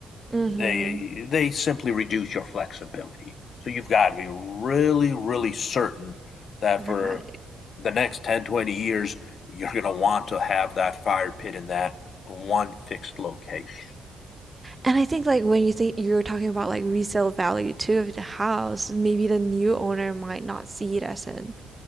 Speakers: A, on the right (about 15°); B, on the left (about 55°).
A: Mhm.
B: they they simply reduce your flexibility. So you've got to be really, really certain that
A: Right.
B: for the next 10, 20 years, you're going to want to have that fire pit in that one fixed location.
A: And I think, like, when you think you were talking about, like, resale value too of the house, maybe the new owner might not see it as an,